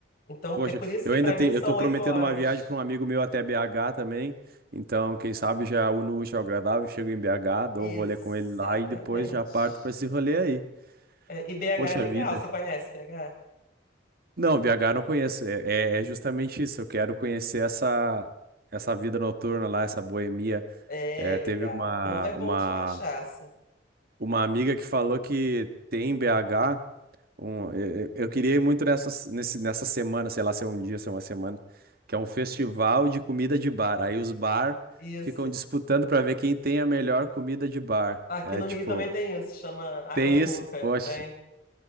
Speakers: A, on the left; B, on the right.
A: Então,
B: Poxa,
A: é por isso
B: eu
A: que
B: ainda
A: pra
B: tenho,
A: mim são
B: eu tô
A: oito
B: prometendo
A: horas.
B: uma viagem para um amigo meu até BH também. Então, quem sabe já uno o útil ao agradável, chego em BH, dou
A: Exatamente.
B: um rolê com ele lá e depois já parto para esse rolê aí.
A: É, e BH
B: Poxa
A: é legal,
B: vida.
A: você conhece BH?
B: Não, BH eu não conheço. É, é é justamente isso. Eu quero conhecer essa, essa vida noturna lá, essa boemia.
A: É,
B: É,
A: legal.
B: teve uma,
A: O povo é bom
B: uma,
A: de cachaça.
B: uma amiga que falou que tem em BH. Um, eu, eu queria ir muito nessa, nesse, nessa semana, sei lá, se é um dia, se é uma semana, que é um festival de comida de bar. Aí os bar
A: Isso.
B: ficam disputando para ver quem tem a melhor comida de bar.
A: Aqui
B: É
A: no
B: tipo,
A: Rio também tem isso, chama água
B: tem
A: na boca.
B: isso? Poxa,
A: Tem.